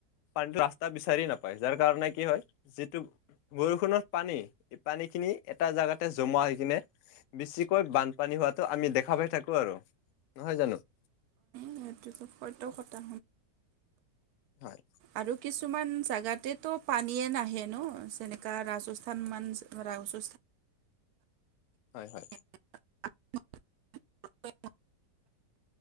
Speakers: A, on the left (about 80°); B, on the right (about 70°).
A: পানীটো ৰাস্তা বিচাৰি নাপায়। যাৰ কাৰণে কি হয়, যিটো বৰষুণৰ পানী, এই পানীখিনি এটা জাগাতে জমা হৈ কিনে বেছিকৈ বানপানী হোৱাটো আমি দেখা পাই থাকোঁ আৰু, নহয় জানো?
B: সেইটোতো সত্য কথা
A: হয়।
B: আৰু কিছুমান জাগাতেতো পানীয়ে নাহে ন', যেনেকা ৰাজস্থান মান- ৰাজ
A: হয়-হয়।
B: <unintelligible> <inaudible>